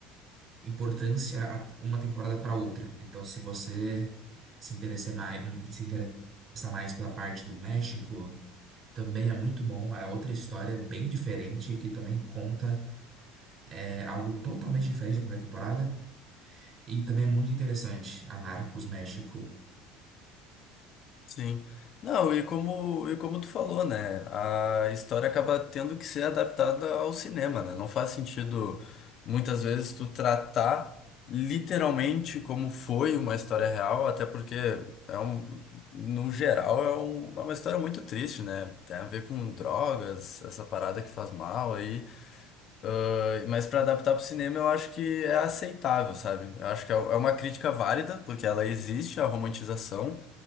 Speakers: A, on the right; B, on the left.
A: importância a- uma temporada para outra. Então, se você se interessar mais, se interessar mais pela parte do México, também é muito bom. É outra história bem diferente que também conta é, algo totalmente diferente da primeira temporada. E também é muito interessante. A Narcos México.
B: Sim. Não, e como, e como tu falou, né? A história acaba tendo que ser adaptada ao cinema, né? Não faz sentido, muitas vezes, tu tratar literalmente como foi uma história real, até porque é um, no geral é, um- é uma história muito triste, né? Tem a ver com drogas, essa parada que faz mal aí. Eh, Mas para adaptar pro cinema eu acho que é aceitável, sabe? Eu acho que é é uma crítica válida, porque ela existe, a romantização